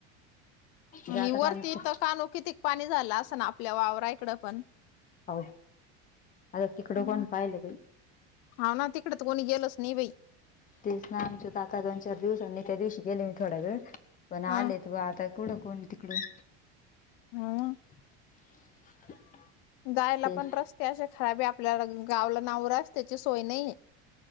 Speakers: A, on the left; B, on the left.
A: आणि
B: जाता
A: वरती
B: पाण्यात
A: इथ कानो किती पाणी झालं असं ना आपल्या वावराकडं पण,
B: हो आता तिकडं
A: हम्म.
B: कोन पाहिलं ग
A: हा ना तिकडे तर कोणी गेलच नाही बाई.
B: तेच ना आमचे काका दोन चार दिवसांनी त्या दिवशी गेले मी थोडा वेळ पण
A: अ
B: आले त आता कुंड कोण तिकडं?
A: हा
B: <inaudible>
A: जायला
B: तेच
A: पण रस्ते असे खराब आहे आपल्याला गावला नावर रसत्याची सोय नाहीये.